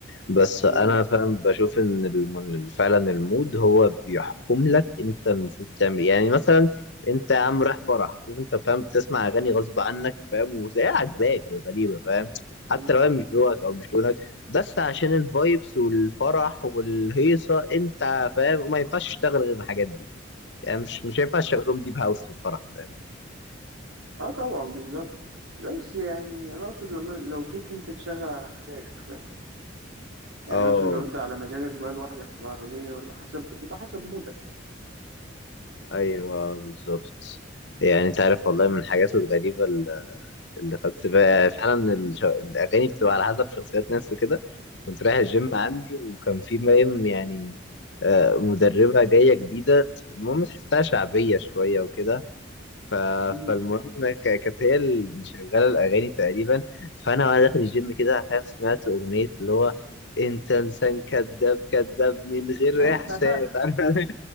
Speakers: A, on the left; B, on the right.
A: بس انا
B: يعني
A: فاهم بشوف ان الم- فعلا المود هو بيحكم لك انت المفروض تعمل يعني مثلا انت يا عم رايح فرح شوف انت فاهم بتسمع اغاني غصب عنك فاهم وتلاقيها عاجباك الغريبه فاهم
B: مم.
A: حتى لو هي مش
B: مم.
A: ذوقك او مش لونك بس عشان الفايبس والفرح والهيصه انت فاهم ما ينفعش تشتغل غير الحاجات دي يعني مش مش هينفع تشغلهم ديب هاوس في الفرح فاهم
B: اه طبعا بالظبط لا بس يعني انا اقصد لما لو جيت انت تشغل على مزاجك فاهم يعني
A: اه
B: اقصد لو انت على مزاجك بقى لوحدك في العربية ولا حسب بتبقى حسب مودك
A: ايوه بالظبط يعني انت عارف والله من الحاجات الغريبه اللي اللي خدت بقى فعلا الش- الاغاني بتبقى على حسب شخصيات ناس وكده كنت رايح الجيم
B: مم.
A: عندي وكان في مريم يعني آه، مدربه جايه جديده المهم تحسها شعبيه شويه وكده ف...
B: مم.
A: فالمهم ك- كانت هي اللي مشغله الاغاني تقريبا فانا وانا داخل الجيم كده فاهم سمعت اغنيه اللي هو انت انسان كذاب كذاب من غير
B: <laughs>
A: احساس <laughs> انا